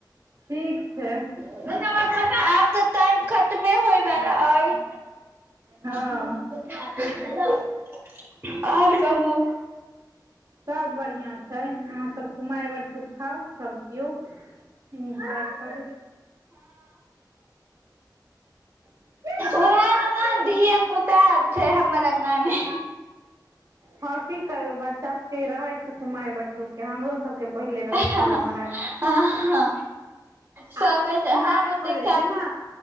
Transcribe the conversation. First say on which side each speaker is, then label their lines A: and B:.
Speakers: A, on the right (about 50°); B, on the right (about 25°).
A: ठीक छै।
B: आब तऽ टाइम खतमे होइ बला अय।
A: हँ
B: <unintelligible> और कहू?
A: सब बढ़िआं छै। अहाँ सब कुमाइर‌ बटटूक खाउ। सभ कियौ एन्जॉय करू। करू
B: उहै लय मन धिया- पुता। छै हम्मर अंगना मे।
A: हँ की करबै, बच्चा सबके ई रहै छै कुमाइर बटूकके। हमरो सब के पहिले रहै
B: हँ
A: छलै, मर्आब
B: सब
A: आब
B: कहै
A: लोक
B: छै
A: कुमाइर
B: हम ओते
A: खोजै
B: खायब
A: छै ने।